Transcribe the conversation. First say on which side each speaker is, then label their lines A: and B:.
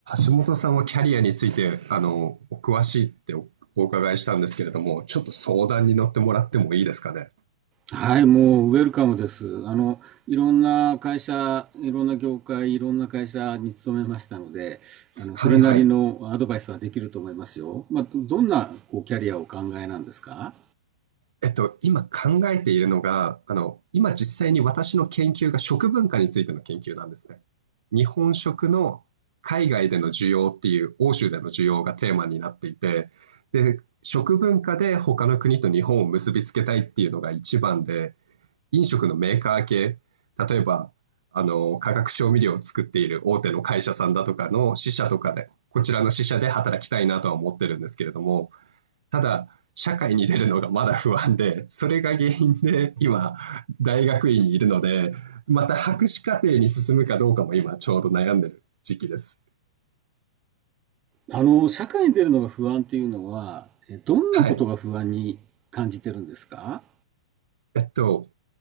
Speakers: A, on the right; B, on the right.
A: 橋本さんはキャリアについて、あの、お詳しいってお、お伺いしたんですけれども、ちょっと相談に乗ってもらってもいいですかね。
B: はい、もうウェルカムです。あの、いろんな会社、いろんな業界、いろんな会社に勤めましたので、あの、
A: はいはい。
B: それなりのアドバイスはできると思いますよ。まあ、どんなこうキャリアをお考えなんですか
A: えっと、今考えているのが、あの、今実際に私の研究が食文化についての研究なんですね。日本食の海外での需要っていう、欧州での需要がテーマになっていて、で、食文化で他の国と日本を結びつけたいっていうのが一番で、飲食のメーカー系、例えば、あの、化学調味料を作っている大手の会社さんだとかの支社とかで、こちらの支社で働きたいなとは思ってるんですけれども、ただ、社会に出るのがまだ不安で、それが原因で今、大学院にいるので、また博士課程に進むかどうかも今ちょうど悩んでる時期です。
B: あの、社会に出るのが不安っていうのは、えどんなことが不安に感じてるんですか
A: はい。えっと、